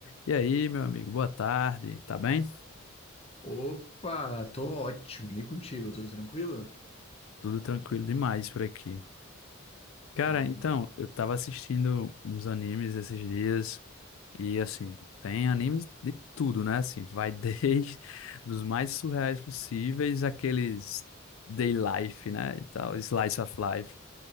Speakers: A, on the left (about 70°); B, on the left (about 30°).
A: E aí, meu amigo, boa tarde, tá bem?
B: Opa, tô ótimo. E contigo, tudo tranquilo?
A: Tudo tranquilo demais por aqui. Cara,
B: Bom,
A: então, eu tava assistindo uns animes esses dias e assim, tem animes de tudo, né? Assim, vai desde <laughs> dos mais surreais possíveis, aqueles day life, né? E tal, slice of life.